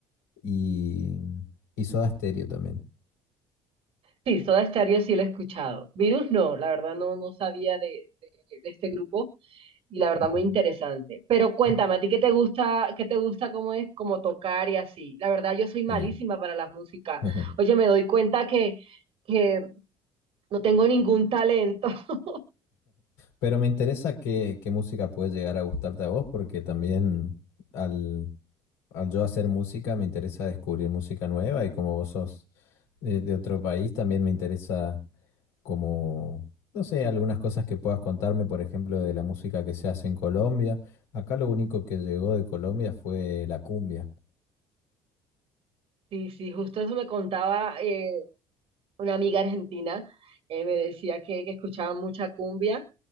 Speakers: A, on the left; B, on the right.
A: Y, y Soda Stereo también.
B: Sí, Soda Stereo sí lo he escuchado. Virus no, la verdad no, no sabía de, de de este grupo. Y la verdad,
A: Ujú.
B: muy interesante. Pero cuéntame,
A: Eh,
B: ¿a ti qué te gusta, qué te gusta cómo es, cómo tocar y así? La verdad, yo soy malísima
A: Sí.
B: para la música.
A: <laughs> Ajá.
B: Oye, me doy cuenta que, que no tengo ningún talento. <laughs>
A: Pero me interesa qué, qué música puede llegar a gustarte a vos, porque también al, al yo hacer música me interesa descubrir música nueva y como vos sos eh, de otro país, también me interesa como, no sé, algunas cosas que puedas contarme, por ejemplo, de la música que se hace en Colombia. Acá lo único que llegó de Colombia fue la cumbia.
B: Sí, sí, justo eso me contaba eh, una amiga argentina. eh, me decía que, que escuchaba mucha cumbia.